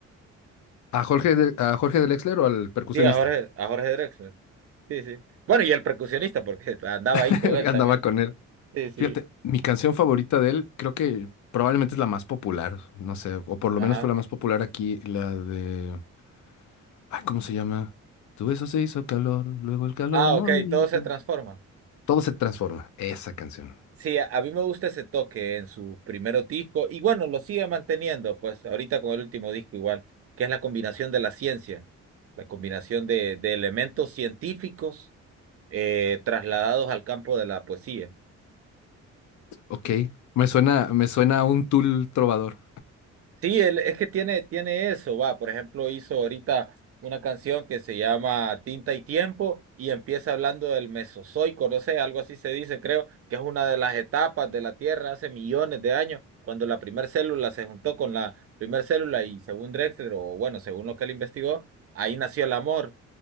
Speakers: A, on the left; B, on the right.
A: ¿A Jorge, de- a Jorge del Exler o al percusionista?
B: Sí, a Jorge, a Jorge Drexler. Sí, sí. Bueno, y el percusionista, porque andaba
A: <laughs>
B: ahí con él
A: Andaba
B: también.
A: con él.
B: Sí, sí.
A: Fíjate, mi canción favorita de él creo que probablemente es la más popular, no sé, o por lo
B: Ajá.
A: menos fue la más popular aquí, la de... Ay, ¿cómo se llama? Tu beso se hizo calor, luego el calor,
B: Ah,
A: movimiento.
B: ok, todo se transforma.
A: Todo se transforma. Esa canción.
B: Sí, a, a mí me gusta ese toque en su primer disco y bueno, lo sigue manteniendo, pues ahorita con el último disco igual, que es la combinación de la ciencia, la combinación de, de elementos científicos eh, trasladados al campo de la poesía.
A: Ok. Me suena, me suena a un Tool trovador.
B: Sí, él, es que tiene, tiene eso, va, por ejemplo, hizo ahorita una canción que se llama Tinta y Tiempo y empieza hablando del Mesozoico, no sé, algo así se dice, creo, que es una de las etapas de la Tierra hace millones de años, cuando la primera célula se juntó con la primera célula y según Drexler, o bueno, según lo que él investigó, ahí nació el amor.